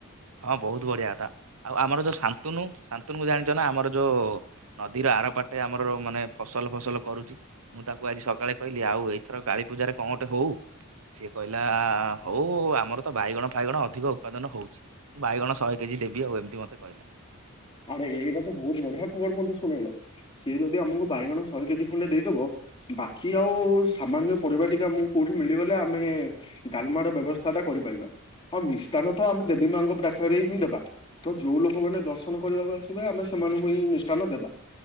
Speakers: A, on the right; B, on the left.
A: ହଁ ବହୁତ ବଢିଆ ହେଲା। ଆଉ ଆମର ଯୋଉଁ ଶାନ୍ତୁନ ଶାନ୍ତୁନ କୁ ଜାଣିଛ ନା ଆମର ଯୋଉଁ ନଦୀର ଆରପଟେ ଆମର ମାନେ ଫସଲ ଫସଲ କରୁଛି। ମୁଁ ତାକୁ ଆଜି ସକାଳେ କହିଲି ଆଉ ଏଇଥର କାଳୀପୂଜା କଣ ଗୋଟେ ହଉ ସିଏ କହିଲା ହଉ ଆମର ତ ବାଇଗଣ ଫାଇଗଣ ଅଧିକ ଉତ୍ପାଦନ ହଉଛି। ମୁଁ ବାଇଗଣ ଶହେ କେଜି ଦେବି ଆଉ ଏମିତି ମତେ କହିଲା।
B: ଆରେ ଏଇଟା ତ ବହୁତ ବଢିଆ ଖବର ମଧ୍ୟ ଶୁଣେଇଲ ସିଏ ଯଦି ଆମକୁ ବାଇଗଣ ଶହେ କେଜି ଖଣ୍ଡେ ଦେଇଦବ ବାକି ଆଉ ସାମାନ୍ୟ ପରିବା ଟିକେ ଆମକୁ କୋଉଁଠି ମିଳିଗଲେ ଆମେ ଡାଲମା ର ବ୍ୟବସ୍ଥା ଟା କରିପାରିବା ମିଷ୍ଟାନ ତ ଆମେ ଦେବୀ ମାଙ୍କ ପାଖରେ ହିଁ ଦେବା। ତ ଯୋଉଁ ଲୋକ ମାନେ ଦର୍ଶନ କରିବାକୁ ଆସିବେ ଆମେ ସେମାନଙ୍କୁ ହିଁ ମିଷ୍ଠାନ ଦେବା।